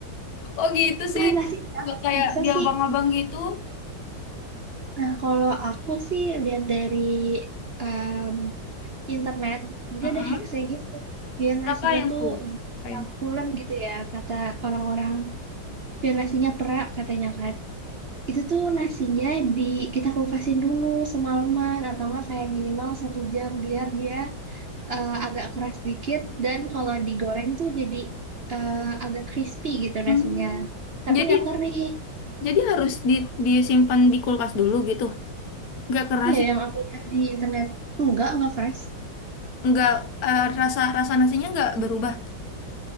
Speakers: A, on the left; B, on the right.
A: Oh gitu sih.
B: Masa sih, kenapa
A: Nggak kayak
B: kok bisa
A: di
B: sih?
A: abang-abang gitu.
B: Nah, kalau aku sih lihat dari em, internet, dia
A: Mm-mm.
B: ada hacksnya gitu. Biar
A: Ngapain
B: nasinya tuh
A: tuh? Ngapain?
B: pulen gitu ya, kata orang-orang. Biar nasinya perak katanya kan. Itu tuh nasinya di kita kupasin dulu semalaman atau enggak kayak minimal satu jam biar dia eh, agak keras dikit dan kalau digoreng tuh jadi eh, agak crispy gitu
A: Hmm.
B: nasinya. Tapi
A: Jadi
B: nggak kering.
A: Jadi harus di, disimpan di kulkas dulu gitu. Nggak keras,
B: Iya,
A: sih.
B: yang aku lihat di internet enggak nggak fresh.
A: nggak eh, rasa rasa nasinya nggak berubah.